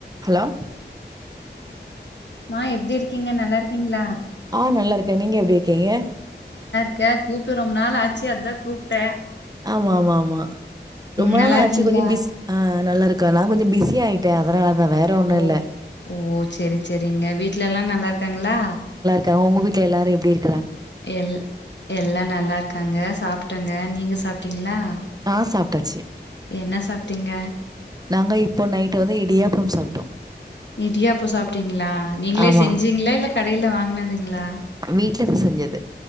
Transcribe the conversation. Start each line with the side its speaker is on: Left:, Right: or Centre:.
Right: Hello
Left: மா எப்டி இருக்கீங்க நல்லா இருக்கீங்களா
Right: ஆஹ் நல்லா இருக்கே நீங்க எப்டி இருக்கீங்க
Left: க்கே கூப்டு ரொம்ப நாள் ஆச்சு அதா கூப்டே
Right: ஆமா ஆமாம்மா ரொம்ப
Left: நல்லா
Right: நாள
Left: இருக்கீங்களா
Right: ஆச்சு கொஞ்சோ பிஸ் ஆஹ் நா நல்லா இருக் நா கொஞ்சோ பிஸி ஆயிட்ட அதனாலத் அதான் வேற ஒண்ணு
Left: ஓ
Right: இல்ல
Left: ஓ செரி செரிங்க வீட்டு்ல எல்லா நல்லா இருக்காங்களா
Right: கே உங்க வீட்டு எல்லாரும் எப்டி இருக்
Left: எல் எல்லா நல்லா இருக்காங்க சாப்பட்டங்க நீங்க சாப்டீங்களா
Right: ஆஹ் சாப்டாச்சு
Left: என்ன சாப்டீங்க
Right: நாங்க இப்போ நைட் வந்து இடியாப்பம் சாப்டோ
Left: இடியாப்போ சாப்டீங்களா நீங்களே
Right: ஆமா
Left: செஞ்சீங்களா இல்ல கடையில வாங்கனதுங்களா
Right: வீட்லதா செஞ்சது